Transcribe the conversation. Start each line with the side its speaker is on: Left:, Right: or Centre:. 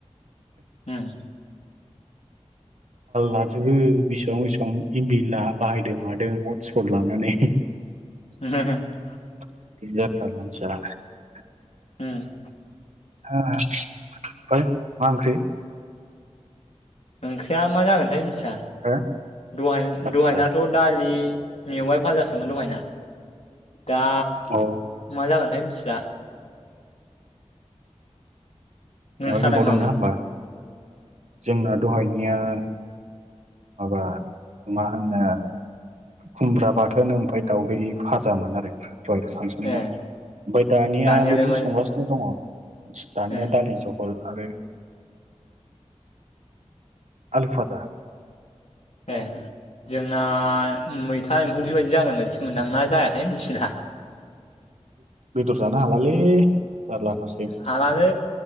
Left: उम
Right: लाजोबो बेसेबां बेसेबां इमबिला बाहायदों मादों हट स्पट लानानै
Left: <inaudible>
Right: <unintelligible>
Left: <unintelligible>
Right: <unintelligible> फाय मा ओंख्रि
Left: ओंख्रिया मा जागोनथाय मिथिया
Right: हो
Left: दहाय-दहायनाथ'
Right: आदसा
Left: दालि मेवाय भाजासोमोन दहायना दा
Right: अ
Left: मा जागोनथाय मिथिला नोंस्रालाय
Right: मेवाय मोबावदोंना
Left: मामोन
Right: होमबा जोंना दहायनिया माबा मा होनो खुमब्रा बाथोन ओमफाय दावदै फाजामोन आरो दहाय सानसुनिया
Left: ए
Right: ओमफाय दानियाबोथ'
Left: दानियालाय मा
Right: संगासिनो दङ दानिया
Left: ए
Right: दालि जहल आरो आलु फाजा
Left: ए जोंना मैथा एम्फौ बेबायदि जागोन बायदिसो मोनदो आं ना जायाथाय मिथिला
Right: बेदर जानो हालालै जारलाथारसै
Left: हालालै